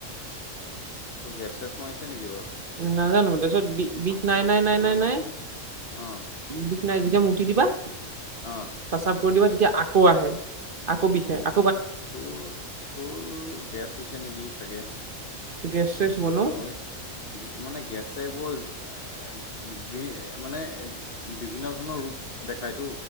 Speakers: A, on the left; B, on the right.
A: ত গেছ চেছ মাৰিছে নেকি বাৰু?
B: নাজানোঁ, তাৰপিছত বিষ নাই নাই নাই
A: মোৰ
B: নাই নাই
A: অ',
B: বিষ নাই, যেতিয়া মুটি দিবা
A: অ'
B: প্ৰস্ৰাৱ দিবা তেতিয়া আকৌ আহে, আকৌ বিষ আ
A: তোৰ, তোৰ গেছ হৈছে নেকি চাগে
B: গেছ চেছ বনো
A: অই, মানে গেছেবৰ এ, বি মানে বিভিন্ন ধৰণৰ ৰোগ দেখাইটো